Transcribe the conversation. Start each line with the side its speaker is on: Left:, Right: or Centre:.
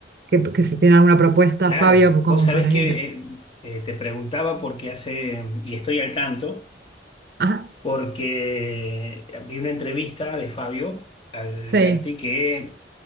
Right: que, que si tiene alguna propuesta,
Left: Claro,
Right: Fabio,
Left: vos
Right: como
Left: sabés
Right: para
Left: que
Right: ir.
Left: eh, eh, te preguntaba porque hace, y estoy al tanto,
Right: Ajá,
Left: porque vi una entrevista de Fabio Alberti
Right: sí,
Left: que